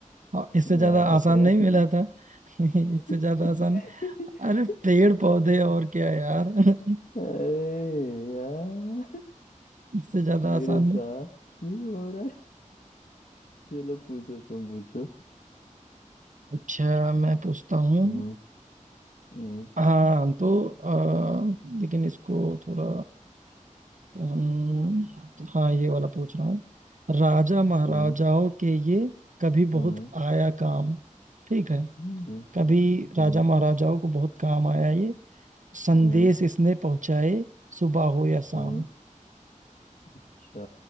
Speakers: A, on the right (about 65°); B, on the left (about 75°).
A: और इससे ज्यादा
B: यार हंस
A: आसान
B: रहा
A: नहीं मिला
B: है
A: था <laughs> नहीं इससे ज्यादा
B: <laughs>
A: आसान अरे पेड़ पौधे और क्या यार <laughs>
B: अरे यार
A: इससे ज्यादा
B: मेरे
A: आसान नहीं
B: साथ क्यों हो रहा है चलो पूछो तुम पूछो
A: अच्छा मैं पूछता हूँ
B: हम्म हम्म
A: हाँ तो अ, लेकिन इसको थोड़ा अम्म, हाँ ये वाला पूछ रहा हूँ राजा महाराजाओं
B: हम्म
A: के ये कभी बहुत
B: हम्म
A: आया काम ठीक है
B: हम्म।
A: कभी
B: हम्म
A: राजा महाराजाओं को बहुत काम आया ये संदेश
B: हम्म
A: इसने पहुंचाए सुबह हो या शाम
B: हम्म अच्छा